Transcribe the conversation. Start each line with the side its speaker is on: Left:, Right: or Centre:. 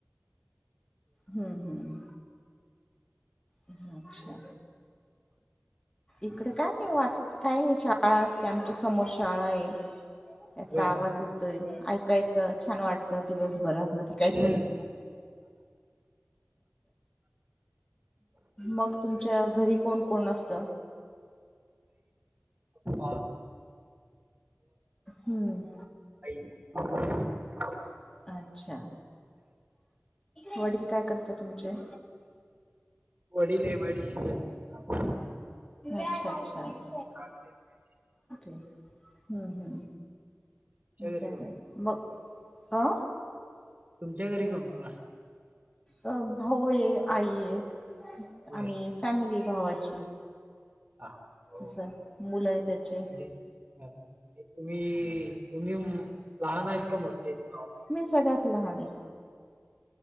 Left: हम्म हम्म अच्छ इकडे काय नाही वा काय नाही. शाळा असते आमच्या समोर शाळा आहे. त्याचा
Right: बर
Left: आवाज येतोय ऐकायचं छान वाटतं दिवसभरात. मध्ये काहीतरी.
Right: हम्म
Left: मग तुमच्या घरी. कोण कोण असत.
Right: ह
Left: हम्म
Right: ह <inaudible>
Left: अच्छा. वडील काय करतात तुमचे.
Right: वडील एमआयडीसीत आहेत.
Left: अच्छा अच्छाओके
Right: काका एम आय डी सी
Left: हम्म हम्म.
Right: तुमच्या घरी
Left: बरं
Right: कोण कोण?
Left: मग ह
Right: तुमच्या घरी कोण कोण असत.
Left: अ भाऊ ये आई आहे
Right: बर
Left: आणि फॅमिली. भावाची
Right: हा हो
Left: असं मुलं आहे त्याचे.
Right: म्हणजे हा तुम्ही तुम्ही लहान आहेत का मोठे? का?
Left: मी सगळ्यात लहान आहे.